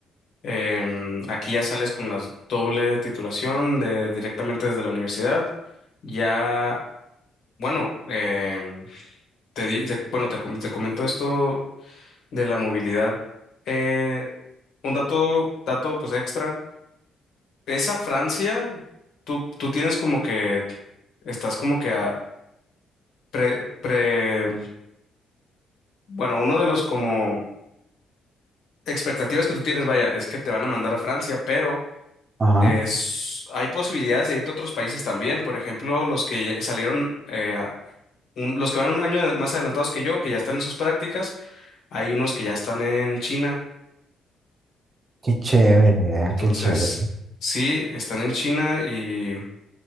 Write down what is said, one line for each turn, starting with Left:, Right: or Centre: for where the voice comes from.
Left: Em, aquí ya sales con la doble titulación de directamente desde la universidad. Ya, bueno, em, te, di- te- bueno, te, com- te comento esto de la movilidad. Eh, un dato, dato pues extra. Esa Francia, tú, tú tienes como que, estás como que a pre, pre, bueno, uno de los como expectativas que tú tienes, vaya, es que te van a mandar a Francia, pero
Right: Ajá.
Left: Es, hay posibilidades de irte a otros países también. Por ejemplo, los que ya salieron, eh, a- un- los que van un año más adelantados que yo, que ya están en sus prácticas, hay unos que ya están en China.
Right: Qué chévere,
Left: Entonces,
Right: qué chévere.
Left: sí, están en China y